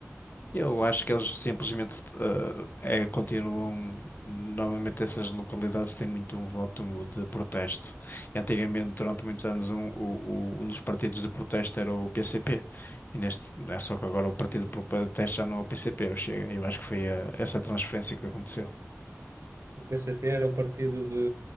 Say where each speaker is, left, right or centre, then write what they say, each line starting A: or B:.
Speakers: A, on the left; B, on the right.
A: Eu acho que eles simplesmente eh, é, continuam. Normalmente, essas localidades têm muito um voto de protesto. Antigamente, durante muitos anos, um, o- o- um dos partidos de protesto era o PCP. E neste, é só que agora o partido de protesto já não é o PCP, é o Chega. Eu acho que foi eh, essa transferência que aconteceu.
B: O P C PCP era o partido de,